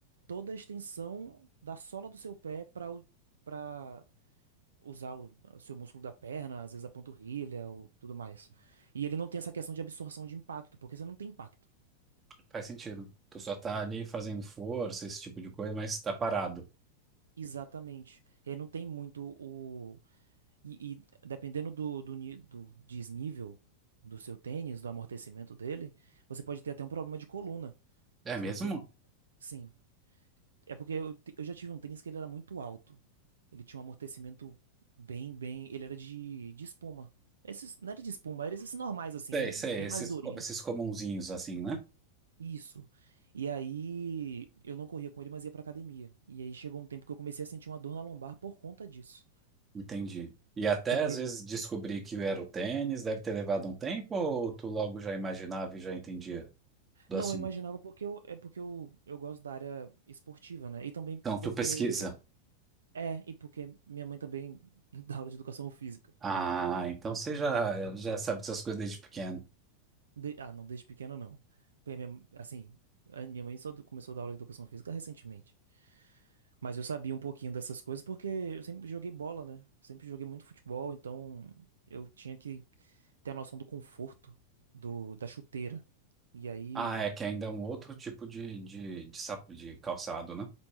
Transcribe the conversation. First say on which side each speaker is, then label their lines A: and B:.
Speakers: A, on the right; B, on the right.
A: toda a extensão da sola do seu pé para para usar o, o seu músculo da perna, às vezes a panturrilha ou tudo mais. E ele não tem essa questão de absorção de impacto, porque você não tem impacto.
B: Faz sentido. Tu só tá ali fazendo força, esse tipo de coisa, mas tá parado.
A: Exatamente. Ele não tem muito o. E, e dependendo do, do, ni- do desnível do seu tênis, do amortecimento dele, você pode ter até um problema de coluna.
B: É
A: Se
B: mesmo?
A: você. Sim. É porque eu, te- eu já tive um tênis que ele era muito alto. Ele tinha um amortecimento bem, bem. Ele era de, de espuma. Esses, não era de espuma, eram esses normais, assim,
B: Sei,
A: bem,
B: sei,
A: bem
B: esses,
A: mais durinhos.
B: co- esses comunzinhos assim, né?
A: Isso. E aí eu não corria com ele, mas ia pra academia. E aí chegou um tempo que eu comecei a sentir uma dor na lombar por conta disso.
B: Entendi. E até
A: Porque.
B: às vezes descobrir que era o tênis, deve ter levado um tempo, ou tu logo já imaginava e já entendia do
A: Não,
B: assunto?
A: eu imaginava porque eu, é porque eu, eu gosto da área esportiva, né? E também
B: Então tu
A: porque.
B: pesquisa.
A: É, e porque minha mãe também <laughs> dá aula de educação física.
B: Ah, então você já, já sabe dessas coisas desde pequeno.
A: De- Ah, não, desde pequeno não. Porque a minha- Assim, a minha mãe só começou a dar aula de educação física recentemente. Mas eu sabia um pouquinho dessas coisas porque eu sempre joguei bola, né? Sempre joguei muito futebol, então eu tinha que ter a noção do conforto do, da chuteira. E aí,
B: Ah, é que ainda é um outro tipo de, de, de, sapo, de calçado, né?